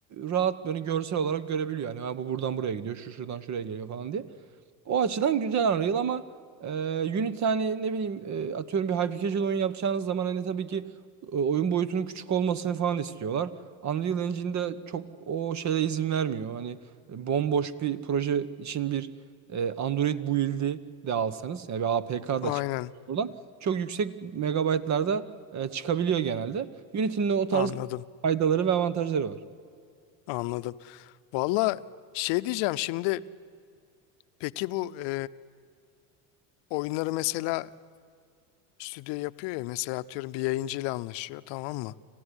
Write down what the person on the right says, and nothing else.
rahat böyle görsel olarak görebiliyor. Yani ha, bu buradan buraya gidiyor, şu şuradan şuraya geliyor falan diye. O açıdan güzel Unreal ama e, Unity hani ne bileyim e, atıyorum bir hyper-casual oyun yapacağınız zaman hani tabii ki e, oyun boyutunun küçük olmasını falan istiyorlar. Unreal Engine'de çok o şeye izin vermiyor. Hani e, bomboş bir proje için bir e, Android build'i de alsanız yani bir APK
da çık buradan çok yüksek megabaytlarda e, çıkabiliyor genelde. Unity'nin de o tarz
faydaları ve avantajları var.